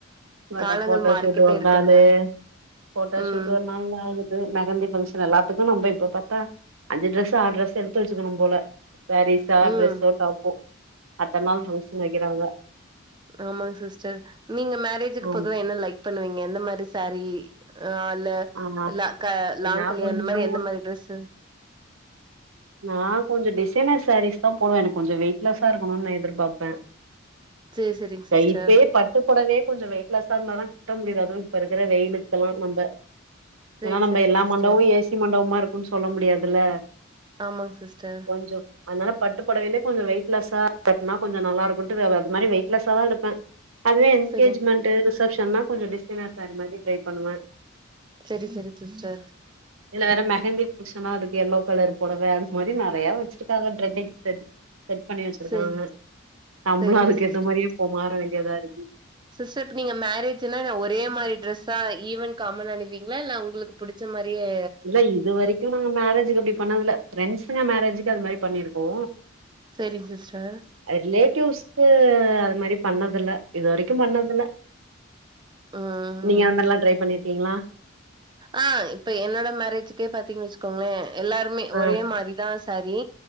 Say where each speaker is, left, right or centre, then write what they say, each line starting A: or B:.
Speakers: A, on the right (about 80°); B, on the right (about 20°).
A: மாட்ட
B: காலங்கள்
A: போட்டோஷூட்
B: மாறிக்கிட்டே
A: ஒரு
B: இருக்குல்ல
A: நாளு போட்டோஷூட்
B: ம்
A: ஒரு நாள் ஆகு து மெகந்தி பங்க்ஷன் எல்லாத்துக்கு நம்ப இப்ப பத்தா அஞ்சி டிரஸ் ஆறு டிரெஸ் எடுத்து வச்சிக்கணு போல செரீஸா
B: ம்
A: ட்ரெஸ்ஸோ டாப்போ அத்தன நாள் ஃங்க்ஷன் வைக்கிறாங்க
B: ஆமா சிஸ்டர் நீங்க மேரேஜிக்கு
A: ஆமா
B: பொதுவா என்ன லைக் பண்ணுவீங்க எந்த மாரி சாரீ ஆ ல
A: ஆமா
B: லாக்க லாங்கலி
A: நா கொஞ்சோ
B: அந்த மாரி எந்த மாரி டிரஸு
A: நா கொஞ்ச டிசைனர் சாரீஸ் தா போடுவே எனக்கு கொஞ்ச வெயிட்லாஸா இருக்கனு நா எதிர்பார்பே
B: சேரி செரிங்க
A: லைப்பே
B: சிஸ்டர்
A: பாத் ட்டு படவே கொஞ்ச வெயிட்லாஸா இருந்தா தா ட்ட அது இப்ப இருக்கிற வெயிலுக்கல்லா நம்ப
B: சேரி
A: ஏன்னா நம்ப
B: செரிங்க
A: எல்லா
B: சிஸ்டர்
A: மண்டவு ஏசி மண்டவுமா இருக்குன் சொல்ல முடியாதில்ல
B: ஆமாங் சிஸ்டர்
A: கொஞ்சோ அதனால பட்டுபொடவைலியே கொஞ்சோ வெயிட் லாஸ்ஸா கட்னா கொஞ்ச நல்லா இருக்குன்ட் வே வ அது மாரி வெயிட் லாஸ்ஸாதா எடுப்பே அதுவே என்கேஜ்மெண்ட்
B: செரி
A: ரிசப்ஷன்னா கொஞ்ச டிசைனர் சாரி மாரி ட்ரை பண்ணுவே
B: செரி செரி சிஸ்டர்
A: எல்லாரு மெஹந்தி பங்ஷனா அதுக்கு எல்லோ கலர் போடவ அன்ஸ் மாரி நெறையா வச்சிருக்காங்க ட்ரெண்டி ஸ்டெர்ட் செட் பண்ணி வச்சிருக்காங்க
B: செரி
A: நம்ளு
B: செரிங்க
A: அதுக்கேத்த
B: சிஸ்டர்
A: மாரியே இப்போ மாற வேண்டியதா இருக்கு
B: சிஸ்டர் இப்ப நீங்க மேரேஜ்ன்னா ஒரே மாரி டிரரெஸ்ஸா ஈவன் காமன் அனுவீங்களா இல்ல உங்களுக்கு புடிச்ச மாரியே
A: இல்ல இது வரைக்கு நாங்க மேரேஜக்கு அப்டி பண்ணதுல்ல ஃப்ரெண்ட்ஸுங்க மேரேஜுக்கு அது மாரி பண்ணிருக்கோ
B: சேரிங் சிஸ்டர்
A: ரிலேட்டிவ்ஸ்கு அது மாரி பண்ணது இல்ல இது வரைக்கு பண்ணதில்ல
B: ம்
A: நீங்க அந்தல்லா ட்ரை பண்ணிருக்கீங்களா
B: ஆ இப்ப என்னோட மேரேஜ்க்கே பாத்தீங்கன் வச்சுக்கோங்களே எல்லாருமே
A: ஆ
B: ஒரே மாரிதா சாரீ